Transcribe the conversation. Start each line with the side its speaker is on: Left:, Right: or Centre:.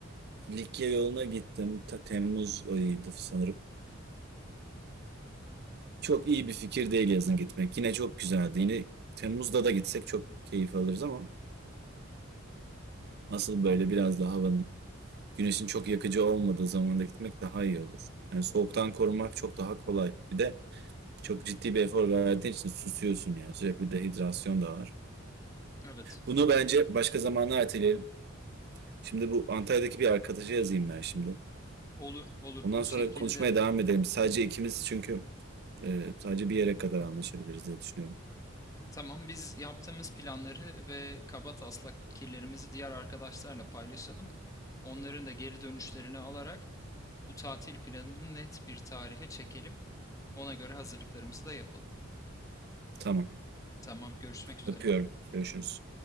Right: Likya yoluna gittim. Ta- Temmuz ayıydı sanırım. Çok iyi bir fikir değil yazın gitmek. Yine çok güzeldi. Yine Temmuz'da da gitsek çok keyif alırız ama asıl böyle biraz daha havanın güneşin çok yakıcı olmadığı zamanda gitmek daha iyi olur. Yani soğuktan korunmak çok daha kolay. Bir de Çok ciddi bir efor verdiğin için susuyorsun yani. Sürekli dehidrasyon da var.
Left: Evet,
Right: Bunu bence başka zamanlar erteleyelim. Şimdi bu Antalya'daki bir arkadaşa yazayım ben şimdi.
Left: olur, olur.
Right: Ondan
Left: O
Right: sonra
Left: şekilde
Right: konuşmaya devam edelim. Sadece ikimiz çünkü e, sadece bir yere kadar anlaşabiliriz diye düşünüyorum.
Left: tamam biz yaptığımız planları ve kaba taslak fikirlerimizi diğer arkadaşlarla paylaşalım. Onların da geri dönüşlerini alarak Bu tatil planını net bir tarihe çekelim. Ona göre hazırlıklarımızı da yapalım.
Right: Tamam.
Left: Tamam, görüşmek üzere.
Right: Öpüyorum. Görüşürüz.